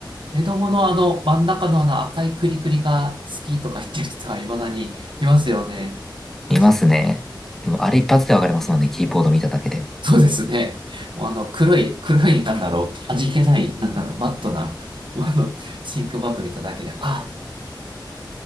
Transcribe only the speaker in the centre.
いますね。でも、あれ一発でわかりますもんね、キーボード見ただけで。